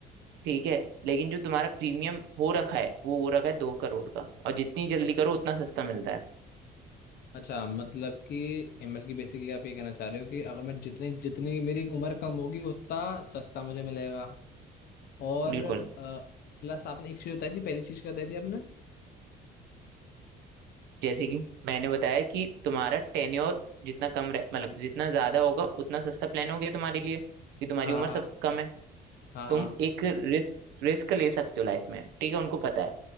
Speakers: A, on the right (about 85°); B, on the left (about 65°).
A: ठीक है लेकिन जो तुम्हारा प्रीमियम हो रखा है वो हो रखा है दो करोड़ का और जितनी जल्दी करो उतना सस्ता मिलता है
B: अच्छा मतलब कि एमएल की बेसिकली आप ये कहना चाह रहे हो कि अगर मैं जितनी जितनी मेरी उम्र कम होगी उतना सस्ता मुझे मिलेगा और
A: बिल्कुल
B: प्लस आपने एक चीज बताई थी पहली चीज बताई थी आपने
A: जैसे कि मैंने बताया कि तुम्हारा टेन्योर जितना कम रह मतलब जितना ज्यादा होगा उतना सस्ता प्लान हो गया तुम्हारे लिए कि तुम्हारी
B: हाँ
A: उम्र
B: हाँ
A: सब कम है
B: हाँ
A: तुम
B: हाँ
A: एक रिस्क रिस्क ले सकते हो लाइफ में ठीक है उनको पता है